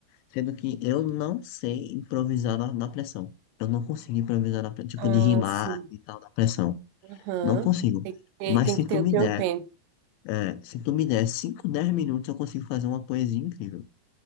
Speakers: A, on the left; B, on the right.
A: sendo que eu não sei improvisar na, na pressão. Eu não consigo improvisar na pressão, tipo,
B: Ah,
A: de rimar
B: sim.
A: e tal, na pressão.
B: Uhum.
A: Não consigo.
B: Tem que ter,
A: Mas
B: tem
A: se
B: que ter
A: tu me
B: o teu
A: der,
B: tempo.
A: é, se tu me der cinco dez minutos, eu consigo fazer uma poesia incrível.